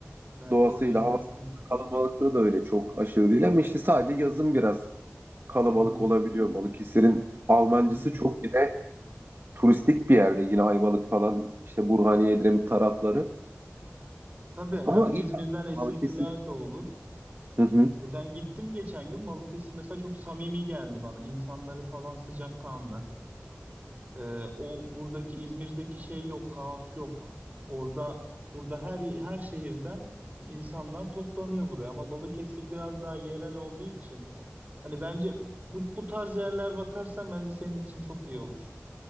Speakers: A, on the right (about 35°); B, on the right (about 55°).
A: bence
B: Doğasıyla,
A: orayı
B: hava
A: düşün.
B: kalabalıklığı da öyle çok aşırı değil ama işte sadece yazın biraz kalabalık
A: Hı hı,
B: olabiliyor. Balıkesir'in Almancısı
A: hı hı.
B: çok bir de turistik bir yerde yine Ayvalık falan işte Burhaniye, Edremit tarafları.
A: Tabii hem
B: Ama
A: İzmir'den
B: iyi aslında
A: esintiler
B: Balıkesir.
A: de olur.
B: Hı hı.
A: Ben gittim geçen gün Balıkesir mesela çok samimi geldi bana. İnsanları falan sıcakkanlı. Ee, o buradaki İzmir'deki şey yok, kaos yok. Orada burada her her şehirden insanlar toplanıyor buraya ama Balıkesir biraz daha yerel olduğu için hani bence bu, bu tarz yerler bakarsan bence senin için çok iyi olur.